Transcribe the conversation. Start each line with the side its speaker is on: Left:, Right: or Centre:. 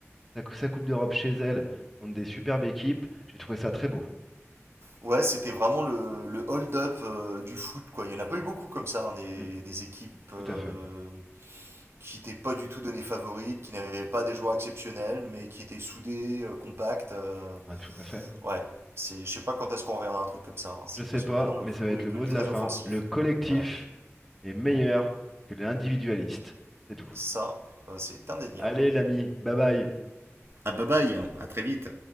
Centre: sa, cou- sa Coupe d'Europe chez elle contre des superbes équipes, j'ai trouvé ça très beau.
Right: Ouais, c'était vraiment le, le hold-up euh, du foot, quoi. Il n'y en a pas eu beaucoup comme ça, hein, des,
Centre: Mm,
Right: des équipes
Centre: tout
Right: euh,
Centre: à fait.
Right: qui n'étaient pas du tout données favorites, qui n'avaient pas des joueurs exceptionnels, mais qui étaient soudées, euh, compactes. euh,
Centre: Ouais, tout à fait.
Right: ouais, c'est, je sais pas quand est-ce qu'on reverra un truc comme ça. hein. C'est
Centre: Je sais
Right: parce
Centre: pas,
Right: que maintenant, le
Centre: mais
Right: football
Centre: ça va être
Right: est
Centre: le
Right: devenu
Centre: mot de
Right: très
Centre: la fin.
Right: offensif.
Centre: Le collectif
Right: Ouais.
Centre: est meilleur que l'individualiste. C'est tout.
Right: Ça, euh, c'est indéniable.
Centre: Allez, l'ami, bye bye.
Right: Ah bye bye, hein. à très vite.